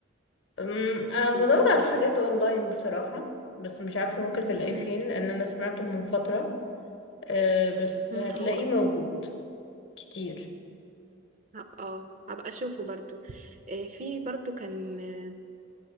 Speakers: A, on the left; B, on the right.
A: أمم، انا
B: اكيد
A: بدور
B: طبعا
A: على حاجات
B: هقول لك
A: اونلاين بصراحة بس مش عارفة ممكن تلاقيه
B: مم.
A: فين لان انا سمعته من فترة أه بس
B: مم.
A: هتلاقيه
B: هو
A: موجود كتير
B: ه- اه هبقى اشوفه برضو آه، في برضو كان آه،